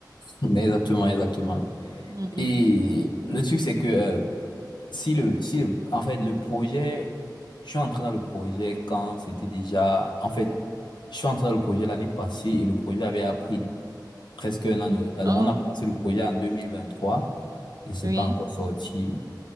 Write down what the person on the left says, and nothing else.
Mais Exactement, exactement.
Et le truc, c'est que euh, si le, si le, en fait, le projet, je suis entré dans le projet quand c'était déjà, en fait, je suis entré dans le projet l'année passée et le projet avait appris presque un an de retard. Donc,
on a commencé le projet en 2023 et c'est
pas encore sorti.